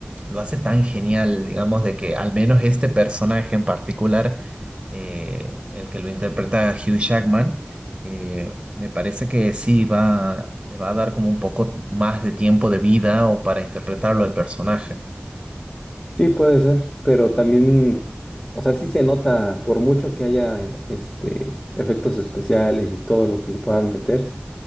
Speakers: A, on the right (about 25°); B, on the left (about 20°).
A: Lo hace tan genial, digamos, de que al menos este personaje en particular, eh, el que lo interpreta Hugh Jackman, eh, me parece que sí va, le va a dar como un poco más de tiempo de vida o para interpretarlo al personaje.
B: Sí puede ser, pero también, o sea, sí se nota, por mucho que haya este, efectos especiales y todo lo que le puedan meter.